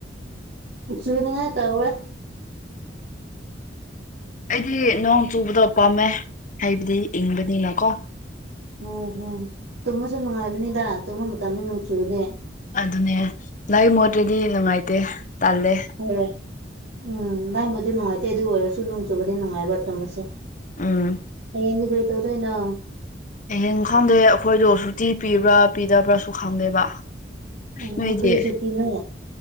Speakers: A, on the right (about 80°); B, on the left (about 45°).
A: ꯆꯨꯅꯤꯉꯥꯏ ꯇꯧꯋꯦ
B: ꯑꯩꯗꯤ ꯅꯣꯡ ꯆꯨꯕꯗꯣ ꯄꯥꯝꯃꯦ ꯍꯥꯢꯕꯗꯤ ꯏꯪꯕꯅꯤꯅꯀꯣ
A: ꯍꯣꯏ ꯍꯣꯏ ꯇꯨꯝꯃꯁꯨ ꯅꯨꯡꯉꯥꯏꯕꯅꯤꯗ ꯇꯨꯝꯕ ꯃꯇꯝꯅꯤ ꯅꯣꯡ ꯆꯨꯕꯗꯤ
B: ꯑꯗꯨꯅꯦ ꯂꯥꯏ ꯃꯣꯠꯇ꯭ꯔꯗꯤ ꯅꯨꯡꯉꯥꯏꯇꯦ ꯇꯥꯜꯂꯦ
A: ꯍꯣꯏ ꯎꯝ ꯅꯪꯕꯨꯗꯤ ꯅꯨꯡꯉꯥꯏꯇꯦ ꯑꯗꯨ ꯑꯣꯏꯔꯁꯨ ꯅꯣꯡ ꯆꯨꯕꯗꯤ ꯅꯨꯡꯉꯥꯏꯕ ꯇꯨꯝꯕꯁꯦ
B: ꯎꯪ
A: ꯅꯪꯗꯤ ꯀꯩ ꯇꯧꯗꯣꯢꯅꯣ
B: ꯍꯌꯦꯡ ꯈꯪꯗꯦ ꯑꯩꯈꯣꯏꯗꯣ ꯁꯨꯇꯤ ꯄꯤꯕ꯭ꯔꯥ ꯄꯤꯗꯕ꯭ꯔꯥꯁꯨ ꯈꯪꯗꯦꯕ
A: ꯑꯣ
B: ꯅꯣꯏꯗꯤ
A: ꯀ꯭ꯔꯤꯁꯨꯇꯤꯅꯣ